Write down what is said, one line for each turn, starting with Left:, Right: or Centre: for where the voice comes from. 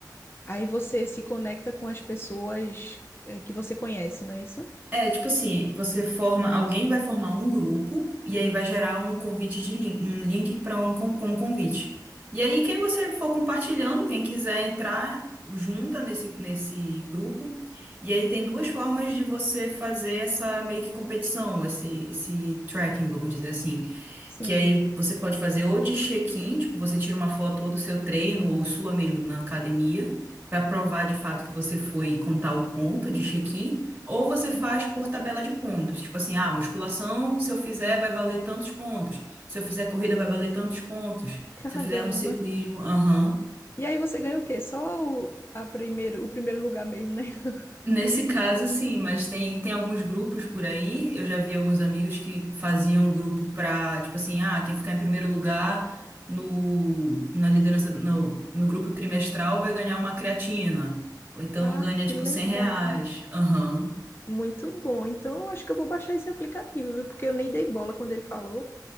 Left: Aí você se conecta com as pessoas, eh, que você conhece, não é isso?
Right: É, tipo assim, você forma, alguém vai formar um grupo e aí vai gerar um convite de link, um link para um con- como convite. E aí quem você for compartilhando, quem quiser entrar, junta nesse nesse grupo. E aí tem duas formas de você fazer essa meio que competição, esse esse tracking, vamos dizer assim.
Left: Sim,
Right: Que aí você pode fazer ou de check-in, tipo, você tira uma foto ou do seu treino ou sua mesmo na academia, para provar de fato que você foi e contar o ponto de check-in, ou você
Left: sim.
Right: faz por tabela de pontos. Tipo assim, ah, musculação, se eu fizer, vai valer tantos pontos. Se eu fizer corrida, vai valer tantos pontos.
Left: Caramba.
Right: Se eu fizer um ciclismo, aham.
Left: E aí você ganha o quê? Só o, a primeiro, o primeiro lugar mesmo, né? <laughs>
Right: Nesse caso, sim, mas tem, tem alguns grupos por aí. Eu já vi alguns amigos que faziam grupo pra, tipo assim, ah, quem ficar em primeiro lugar no, na liderança, no, no grupo trimestral vai ganhar uma creatina. Ou então
Left: Ah,
Right: ganha,
Left: que
Right: tipo,
Left: legal.
Right: 100 reais. Aham.
Left: Muito bom. Então, eu acho que eu vou baixar esse aplicativo, viu? Porque eu nem dei bola quando ele falou,